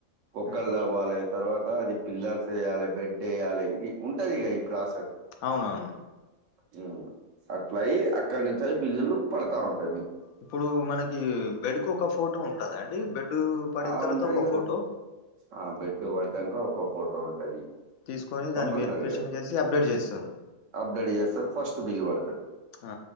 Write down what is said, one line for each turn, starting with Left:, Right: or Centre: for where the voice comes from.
Right: బొక్కలు
Left: హ్మ్
Right: త్వవాలి తర్వాత అది పిల్లర్స్ వేయ్యాలి బెడ్ ఏయ్యాలి ఇది ఉంటది ఇగ ఈ ప్రాసెస్
Left: అవునవును
Right: మ్మ్ అట్లా అయ్యి అక్కడి నుంచి బిల్లులు పడతా ఉంటాయి మీకు
Left: ఇప్పుడు మనకి బెడ్ కు ఒక ఫోటో ఉంటాదండి బెడ్ పడిన
Right: ఆ
Left: తర్వాత
Right: ఉంటది
Left: ఒక
Right: కదా
Left: ఫోటో
Right: ఆ బెడ్డు పడ్డాంక ఒక ఫోటో ఉంటది
Left: తీసుకొని
Right: కంపల్సరీ
Left: దాన్ని వెరిఫికేషన్
Right: కదా
Left: చేసి అప్డేట్ చేస్తారు
Right: అప్డేట్ చేస్తారు ఫస్ట్ బిల్ పడుతది
Left: ఆ